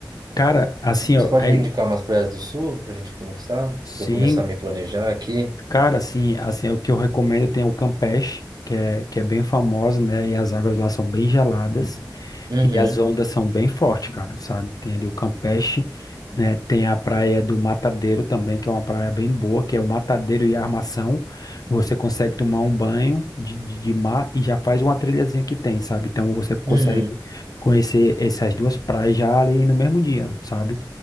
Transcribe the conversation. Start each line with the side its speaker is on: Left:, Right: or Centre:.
Left: Cara, assim,
Right: você
Left: ó,
Right: pode
Left: é,
Right: me indicar umas praias do sul pra gente começar?
Left: sim,
Right: Pra eu começar a me planejar aqui?
Left: Cara, assim, assim, o que eu recomendo tem o Campeche, que é, que é bem famoso, né? E as águas lá são bem geladas
Right: Uhum,
Left: e as ondas são bem fortes, cara, sabe? Tem ali o Campeche, né? Tem a praia do Matadeiro também, que é uma praia bem boa, que é o Matadeiro e a Armação. Você consegue tomar um banho de, de, de mar e já faz uma trilhazinha que tem, sabe? Então você consegue
Right: uhum,
Left: conhecer essas duas praias já ali no mesmo dia, sabe?